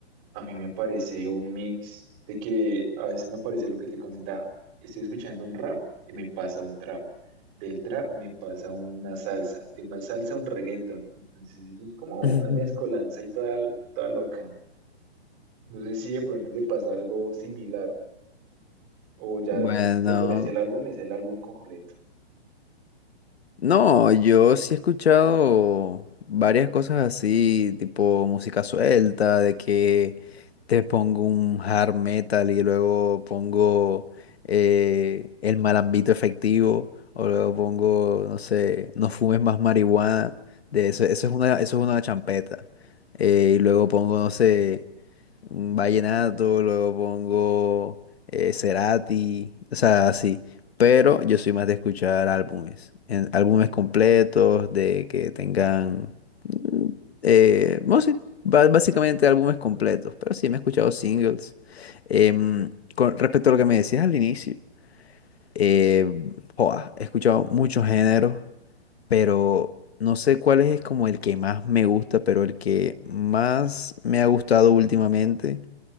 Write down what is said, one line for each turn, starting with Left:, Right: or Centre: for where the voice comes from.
Right: A mí me aparece un mix de que a veces me aparece lo que te comentaba. Estoy escuchando un rap y me pasa un trap. Del trap me pasa una salsa. De una salsa un reggaeton. Entonces eso es como
Left: <laughs>
Right: una mezcolanza y toda, toda loca. No sé si de pronto te pasa algo similar o ya
Left: Bueno,
Right: a ti si te aparece el álbum, es el álbum completo.
Left: No, yo sí he escuchado varias cosas así, tipo música suelta, de que te pongo un hard metal y luego pongo eh, el malambito efectivo, o luego pongo, no sé, no fumes más marihuana, de eso, eso es una, eso es una champeta. Eh, y luego pongo, no sé, un vallenato, luego pongo eh, Cerati, o sea, así. Pero yo soy más de escuchar álbumes, en- álbumes completos, de que tengan, mm, eh, bueno, sí, ba- básicamente álbumes completos, pero sí me he escuchado singles. Em, con respecto a lo que me decías al inicio, eh, joa, he escuchado muchos géneros, pero no sé cuál es como el que más me gusta, pero el que más me ha gustado últimamente